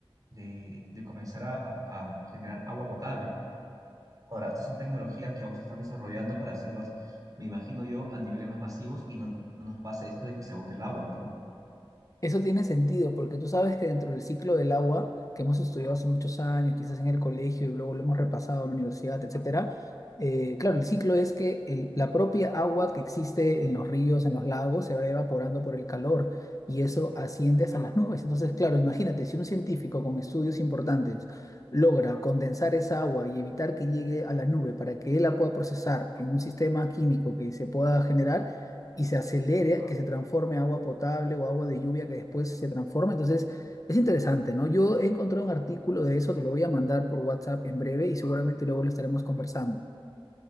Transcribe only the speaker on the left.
Eso tiene sentido, porque tú sabes que dentro del ciclo del agua, que hemos estudiado hace muchos años, quizás en el colegio y luego lo hemos repasado en la universidad, etcétera, eh, claro, el ciclo es que el- la propia agua que existe en los ríos, en los lagos, se va evaporando por el calor y eso asciende a las <laughs> nubes. Entonces, claro, imagínate, si un científico con estudios importantes logra condensar esa agua y evitar que llegue a la nube para que él la pueda procesar en un sistema químico que se pueda generar, y se acelere, que se transforme en agua potable o agua de lluvia que después se transforma. Entonces, es interesante, ¿no? Yo he encontrado un artículo de eso, te lo voy a mandar por WhatsApp en breve y seguramente luego lo estaremos conversando.